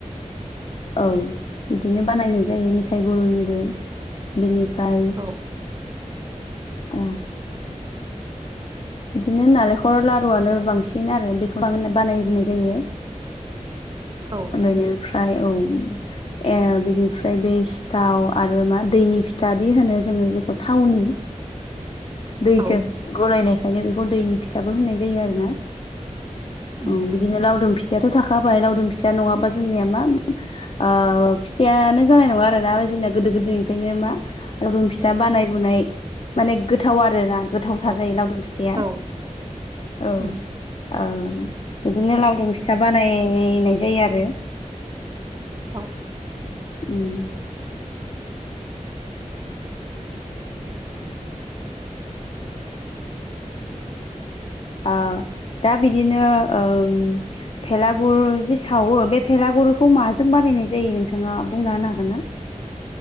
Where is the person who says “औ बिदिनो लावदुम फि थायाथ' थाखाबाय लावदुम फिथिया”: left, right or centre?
Left